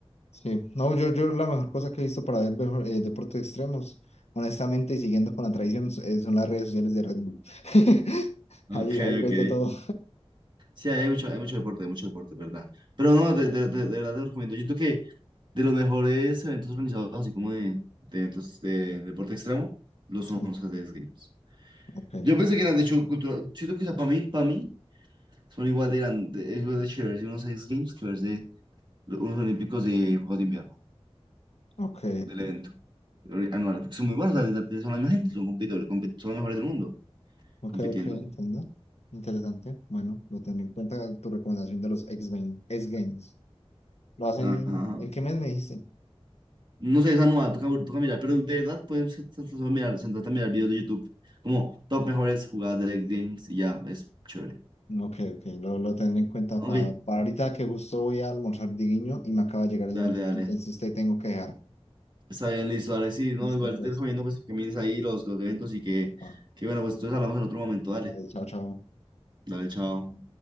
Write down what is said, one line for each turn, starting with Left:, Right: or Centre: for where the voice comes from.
Left: Sí, no, yo, yo la mejor cosa que he visto para ver mejor, eh, deportes extremos, honestamente, y siguiendo con la tradición, s- eh, son las redes sociales de Red Bull. <laughs>
Right: Ok,
Left: Ahí, ahí
Right: ok.
Left: ves de todo.
Right: Sí, hay mucho, hay mucho deporte, hay mucho deporte, ¿verdad? Pero no, de, de, de- de verdad te recomiendo. Yo creo que de los mejores eventos organizados, así como de, de eventos de, deporte extremo, los
Left: Sí,
Right: son los que se Games.
Left: ok,
Right: Yo
Left: ok.
Right: pensé que eran, de hecho, cultural. Siento que, o sea, para mí, para mí, son igual de grandes, es igual de chéveres unos X Games que verse los- unos Olímpicos de Juegos de Invierno,
Left: Ok,
Right: del evento ori- anual, porque son muy buenos, o sea, son la misma gente, son competidores, compet- son los mejores del mundo,
Left: ok,
Right: compitiendo.
Left: ok, entiendo. Interesante. Bueno, lo tendré en cuenta tu recomendación de los X-Games. X-Games. ¿Lo hacen
Right: Ajá.
Left: en qué mes me dijiste?
Right: No sé, esa nueva, toca, toca mirar, pero de verdad, puedes sentarse a mirar, sentarte a mirar videos de YouTube, como top mejores jugadas de League Games y ya, es chévere.
Left: Ok, ok, lo, lo tendré en cuenta
Right: Ok,
Left: para ahorita que justo voy a almorzar diguiño y me acaba de llegar
Right: dale,
Left: el domicilio,
Right: dale.
Left: entonces te tengo que dejar.
Right: Está bien, listo, dale, sí, no,
Left: Listo,
Right: igual
Left: pues.
Right: te recomiendo pues que mires ahí los, los eventos y que,
Left: Epa,
Right: que bueno, pues entonces hablamos en otro momento, dale,
Left: dale, chao, chao.
Right: dale, chao.